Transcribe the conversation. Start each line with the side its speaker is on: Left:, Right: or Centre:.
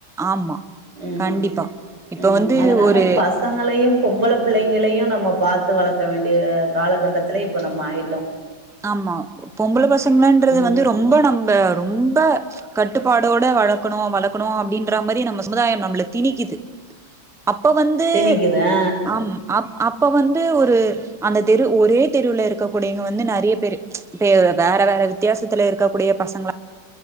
Centre: ஆமா
Right: ம்
Centre: கண்டிப்பா இப்ப
Right: ம்
Centre: வந்து
Right: அதனால
Centre: ஒரு
Right: பசங்களையு பொம்பள பிள்ளைங்களையு நம்ம பாத்து வளக்க வேண்டிய காலகட்டத்துல இப்ப நம்ம ஆயிட்டோ
Centre: ஆமா பொம்பள பசங்களன்றது
Right: ம்
Centre: வந்து ரொம்ப நம்ப ரொம்ப கட்டுப்பாடோட வளக்கணு வளக்கணு அப்டின்ற மாரியே நம்ம சமுதாயம் நம்பள திணிக்கிது அப்ப வந்து
Right: திணிக்குதா
Centre: அம் அப் அப்ப வந்து ஒரு அந்த தெரு ஒரே தெருவுல இருக்கக்கூடியங்க வந்து நெற ய பேரு இப்ப வேற வேற வித்தியாசத்துல இருக்கக்கூடிய பசங்களா